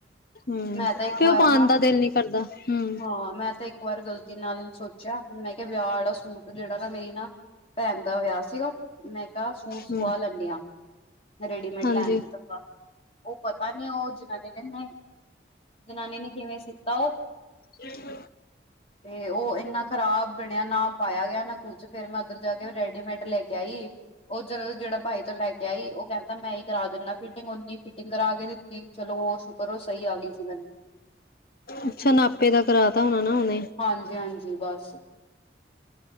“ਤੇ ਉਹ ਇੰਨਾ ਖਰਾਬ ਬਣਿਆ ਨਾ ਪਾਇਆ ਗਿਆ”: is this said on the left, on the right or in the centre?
Left